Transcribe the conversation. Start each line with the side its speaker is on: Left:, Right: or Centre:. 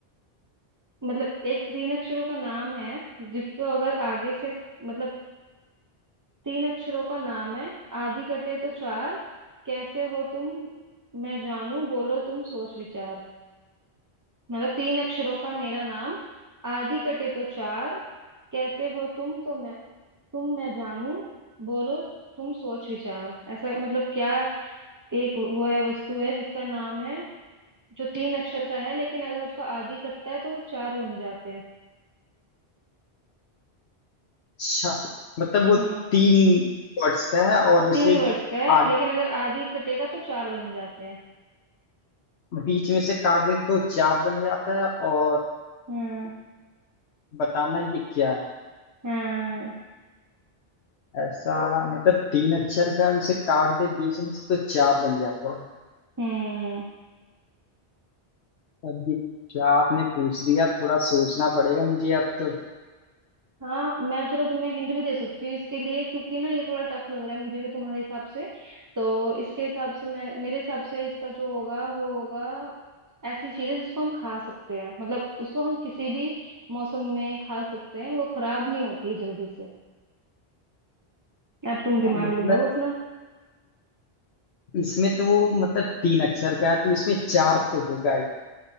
Right: मतलब एक तीन अक्षरों का नाम है जिसको अगर आगे से मतलब तीन अक्षरों का नाम है आधी कटे तो चार कैसे हो तुम मैं जानू बोलो तुम सोच विचार मतलब तीन अक्षरों का मेरा नाम आधी कटे तो चार कैसे हो तुम तो मैं तुम मैं जानू बोलो तुम सोच विचार ऐसा मतलब क्या एक वो है वस्तु है जिसका नाम है जो तीन अक्षर का है लेकिन अगर उसका आधी कटता है तो वो चार बन जाते हैं
Left: अच्छा मतलब वो
Right: हम्म।
Left: तीन वर्ड्स का है और उसे
Right: तीन वर्ड्स का है
Left: आगे
Right: लेकिन अगर आधी कटेगा तो चार बन जाते हैं
Left: बीच में से काट दें तो चार बन जाता है और
Right: हम्म
Left: बताना ये क्या है
Right: हम्म
Left: ऐसा मतलब तीन अक्षर का उसे काट दे बीच में से तो चार बन जाता है
Right: हम्म
Left: अब ये क्या आपने पूछ दिया थोड़ा सोचना पड़ेगा मुझे अब तो
Right: हाँ मैं चलो तुम्हें हिंट भी दे सकती हूँ इसके लिए क्योंकि ना ये थोड़ा टफ लग रहा है मुझे भी तुम्हारे हिसाब से तो इसके हिसाब से मैं मेरे हिसाब से इसका जो होगा वो होगा ऐसी चीज है जिसको हम खा सकते हैं मतलब उसको हम किसी भी मौसम में खा सकते हैं वो खराब नहीं होती है जल्दी से अब तुम दिमाग
Left: हाँ, मतलब
Right: लगाओ अपना
Left: इसमें तो वो मतलब तीन अक्षर का है तो उसमें चार तो होगा ही